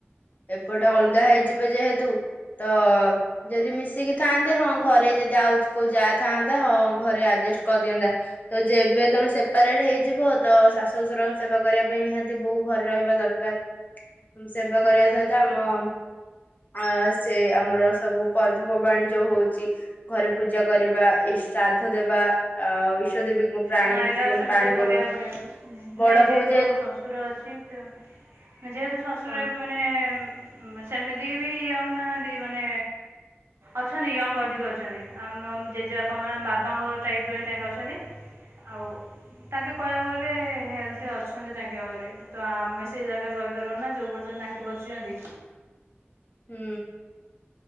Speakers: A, on the left; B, on the right.
A: ଏପଟେ
B: ହୁଁ
A: ଅଲଗା ହେଇଯିବେ ଯେହେତୁ ତ ଯଦି ମିଶିକି ଥାଆନ୍ତେ ହଁ ଘରେ ଯଦି ଆଉ କୋଉ ଯା ଥାନ୍ତା ହଁ ଘରେ ଆଜେଷ୍ଟ କରିଦିଅନ୍ତା। ତ ଯେବେ ତମେ ସେପାରେଟ ହେଇଯିବ ତ ଶାଶୁ ଶ୍ୱଶୁରଙ୍କ ସେବା କରିବା ପାଇଁ ନିହାତି ବୋହୂ ଘରେ ରହିବା ଦରକାର। ହୁଁ ସେବା
B: ହୁଁ
A: କରିବା ସହିତ ଆମ ଅ ସେ ଆମର ସବୁ ପର୍ବପର୍ବାଣୀ ଯୋଉ ହଉଛି ଘରେ ପୂଜା କରିବା ଇ ଶ୍ରାଦ୍ଧ ଦେବା ଆ ଈଶ ଦେବୀଙ୍କୁ ପ୍ରାଣୀ
B: ହଁ ଏଇରା
A: ମାନେ
B: ସବୁ
A: ପାଣି
B: ତ କରିବାକୁ
A: ଦେବା
B: ପଡିବ
A: ବଡ
B: ନାଇଁ
A: ବୋହୂ
B: ଯେହେତୁ ଶଶୁର ଅଛି ତ ଯେହେତୁ ଶଶୁର
A: ହଁ
B: ଏବେ ମାନେ ମାନେ ସେମିତି ବି ଇଏ ହେଉନାହାନ୍ତି ମାନେ ଅଛନ୍ତି ୟଙ୍ଗ ଅଧିକ ଅଛନ୍ତି ଆମ ଜେଜେବାପାଙ୍କ ବାବାଙ୍କ ଟାଇପ ର ତାଙ୍କେ ଅଛନ୍ତି। ଆଉ ତାଙ୍କେ କହିବାକୁ ଗଲେ ହେଲ୍ଥ ଅଛନ୍ତି ତାଙ୍କେ ଆହୁରି ତ ଆମେ ସେ ଜାଗାରେ ରହିପାରିବୁ ନା ଯୋଉ ପର୍ଯ୍ୟନ୍ତ ତାଙ୍କେ ଛନ୍ତି
A: ହୁଁ।